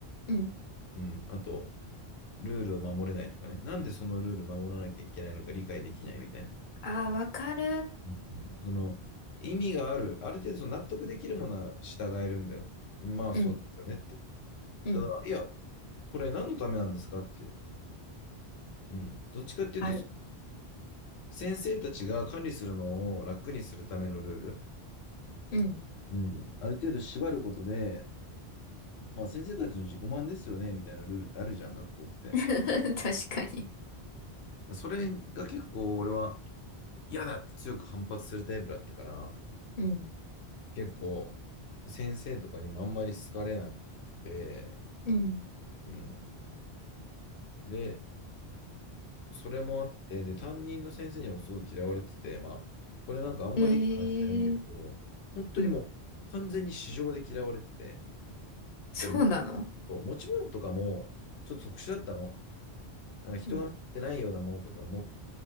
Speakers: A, on the left; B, on the left.
A: うん。
B: うん、あと、ルールを守れないとかね、なんでそのルール守らなきゃいけないのか理解できないみたいな。
A: ああ、わかる。
B: うんその、意味がある、ある程度その納得できるものは従えるんだよ。まあそうですよねって。
A: うん。うん。
B: ただ、いや、これ何のためなんですかっていう。うん。どっちかっていうと、
A: ある。
B: 先生たちが管理するのを楽にするためのルール。
A: うん。
B: うん。ある程度縛ることで、まあ先生たちの自己満ですよね、みたいなルールってあるじゃん、学校って。
A: <laughs> 確かに。
B: うん、それが結構俺は嫌だって強く反発するタイプだったから、
A: うん。
B: 結構先生とかにもあんまり好かれなくて、
A: うん。
B: うん。で、それもあって、で、担任の先生にもすごい嫌われてて、まあ、これなんかあんまりいい話してないんだけど、
A: ええー。
B: 本当にもう完全に市場で嫌われてて、
A: うん。そうなの
B: だからもっと持ち物とかもちょっと特殊だったの。なんか人が持ってないようなものとか持っ
A: うん。